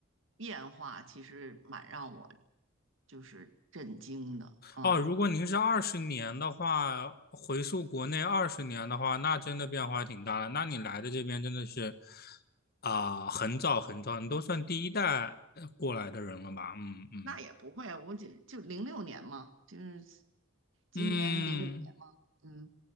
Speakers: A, on the right; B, on the left.
A: 变化其实蛮让我就是震惊的，嗯。
B: 哦，如果您是二十年的话，回溯国内二十年的话，那真的变化挺大的。那你来的这边真的是啊、很早很早，你都算第一代呃过来的人了吧？嗯嗯
A: 那也不会啊，我就就零六年嘛，就是今年零五年嘛，
B: 嗯。
A: 嗯，